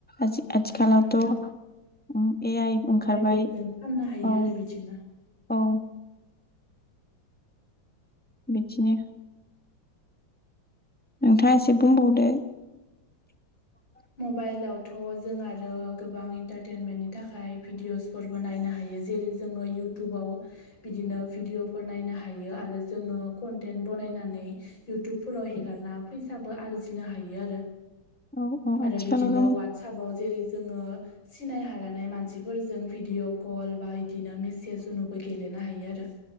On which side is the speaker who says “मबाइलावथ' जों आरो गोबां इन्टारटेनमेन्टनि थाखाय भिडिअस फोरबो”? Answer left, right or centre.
Left